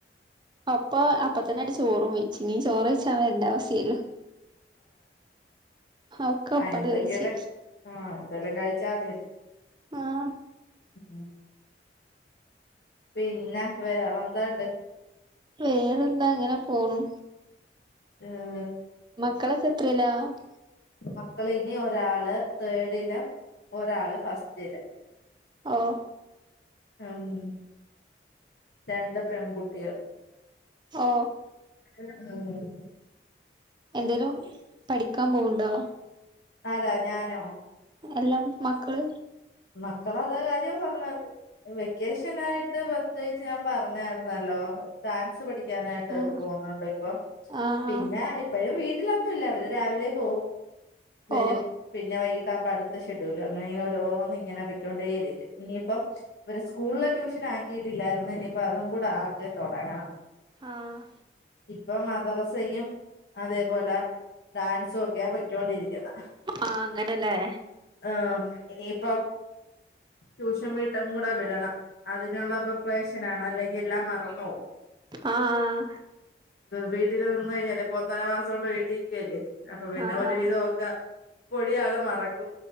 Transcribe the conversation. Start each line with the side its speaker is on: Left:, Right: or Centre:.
Right: അപ്പൊ അപ്പത്തന്നണ്ട് ചോറും വെയ്ച്ച് ഇനി ചോറ് വെയ്ച്ചാൻ വെര്ണ്ടാവശ്യല്ലല്ലോ ഒക്കെ ഒപ്പാണ്ട്
Left: ആ എന്തെക്കേണ്
Right: കഴിച്ച്
Left: ആ എന്തേലും കയ്ച്ചാമതിയല്ലോ
Right: ആഹ്
Left: ഉം പിന്നെ വേറെന്തോണ്ട്
Right: വേറെന്താ അങ്ങനെ പോണു
Left: ആ
Right: മക്കളൊക്കെ എത്രേല <inaudible>
Left: മക്കൾ ഇനി ഒരാള് തേടിലും ഒരാള് ഫസ്റ്റില്
Right: ഓ
Left: ആണ് ലെ രണ്ട് പെൺകുട്ടികൾ
Right: ഓ
Left: <unintelligible> ഉം
Right: എന്തേലും പഠിക്കാൻ പോവ്ണ്ടോ
Left: ആരാ ഞാനോ
Right: എല്ലാം മക്കൾ
Left: മക്കള അതാ കാര്യം പറഞ്ഞത് വെക്കേ ഷനായിട്ട് പ്രത്യേകിച്ച് ഞാൻ പറഞ്ഞായിരുന്നല്ലോ ഡാൻസ് പഠി ക്കാനായിട്ട് അവര്
Right: ആഹ്
Left: പോകുന്നുണ്ട് ഇപ്പ.
Right: ആഹ്
Left: പിന്നെ
Right: ആഹ്
Left: ഇപ്പഴ് വീ ട്ടിലൊന്നുമില്ല അവര് രാവിലെ പോകും, വരും
Right: ഓ
Left: പിന്നെ വൈകിട്ട് ആകുമ്പ അടു ത്ത ഷെഡ്യൂൾ അങ്ങനിങ്ങനെ ഓരോന്നി ങ്ങനെ പൊയ്ക്കൊണ്ടേയിരിക്കും. ഇനിയിപ്പം ഇവര് സ്കൂളില് ട്യൂഷൻ ആക്കിട്ടില്ലായിരുന്നു ഇനിപ്പ അതും കൂ ടാക്കി തുടങ്ങണം
Right: ആഹ്
Left: ഇപ്പം മ ദറസയും അതേപോലെ ഡാൻസും ഒക്കെയാ പ ഠിച്ചോണ്ടിരിക്കുന്നെ.
Right: ആഹ് അങ്ങനെല്ലേ
Left: ആഹ് ഇനിയി പ്പൊ ട്യൂഷൻ വീട്ടും കൂടെ വിടണം അതിനുള്ള പ്രിപ്പറേഷനാണ് അല്ലെങ്കിൽ എല്ലാം മറന്നു പോവും.
Right: ആഹ്
Left: വീട്ടിൽ നിന്ന് കഴിഞ്ഞല്ലെപ്പം ഒന്നര മാസം ഇപ്പം വീട്ടിക്കല്ലേ അപ്പൊ പിന്നെ
Right: ആഹ്
Left: ഒരുവിധോക്കെ പൊഴിയ ആളെ മറക്കും